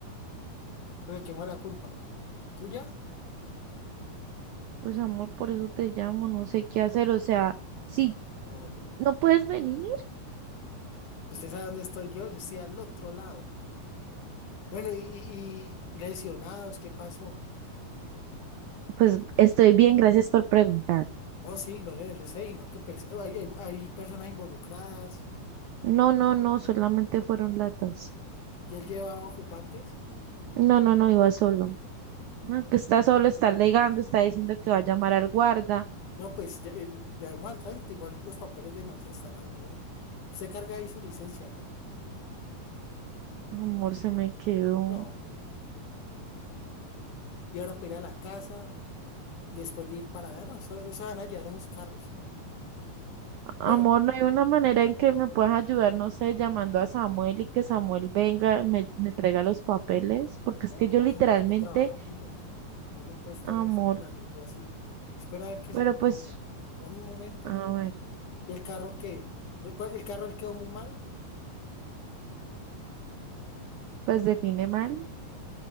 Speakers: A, on the left; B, on the right.
A: ¿Pero de quién fue la culpa? ¿Tuya?
B: Pues amor, por eso te llamo, no sé qué hacer, o sea, si
A: No, no, no. no.
B: no puedes venir,
A: ¿Usted sabe dónde estoy yo? Yo estoy al otro lado. Bueno, y, y, y lesionados, ¿qué pasó?
B: pues estoy bien, gracias por preguntar.
A: No, sí, Lorena, yo sé, y no, que pues, hay, hay hay personas involucradas
B: No, no, no, solamente fueron latas.
A: y él llevaba ocupantes.
B: No, no, no, iba solo. No, que está solo, está alegando, está diciendo que va a llamar al guarda.
A: No, pues ya, el- ya vemos al tránsito, igual los papeles de nosotros están al día. Usted carga ahí su licencia, ¿no?
B: Amor, se me quedó.
A: No, lo... Y ahora para ir a la casa, después de ir para allá, no, eso, eso van a llevar esos carros.
B: Amor,
A: Bueno,
B: no hay una manera en que me puedas ayudar, no sé, llamando a Samuel y que Samuel venga, me, me traiga los papeles, porque es
A: no,
B: que
A: amor,
B: yo literalmente,
A: Samuel está trabajando. Yo no puedo estar
B: amor,
A: molestando a la gente así. Espera a ver qué
B: pero
A: se me ocurre.
B: pues,
A: Dame un momento,
B: a
A: Lorena.
B: ver,
A: ¿Y el carro qué? ¿Lo cual- ¿El carro le quedó muy mal?
B: pues define mal,